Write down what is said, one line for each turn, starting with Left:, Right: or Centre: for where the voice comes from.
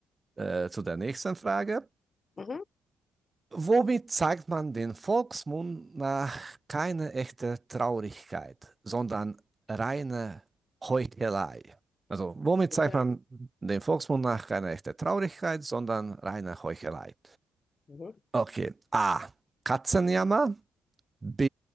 Right: äh, zu der nächsten Frage.
Left: Mhm.
Right: Womit zeigt man den Volksmund nach keine echte Traurigkeit, sondern reine Heuchelei? Also, womit
Left: Okay.
Right: zeigt man den Volksmund nach keine echte Traurigkeit, sondern reine Heuchelei?
Left: Mhm.
Right: Okay. A. Katzenjammer. B.